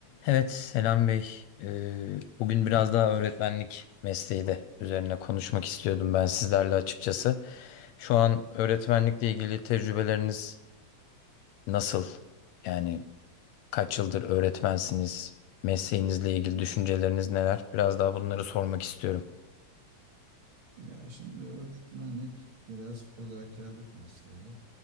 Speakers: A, on the left; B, on the right.
A: Evet Selam Bey. Ee, bugün biraz daha öğretmenlik mesleği de üzerine konuşmak istiyordum ben sizlerle açıkçası. Şu an öğretmenlikle ilgili tecrübeleriniz nasıl? Yani kaç yıldır öğretmensiniz? Mesleğinizle ilgili düşünceleriniz neler? Biraz daha bunları sormak istiyorum.
B: Ya şimdi öğretmenlik biraz fedakarlık mesleği.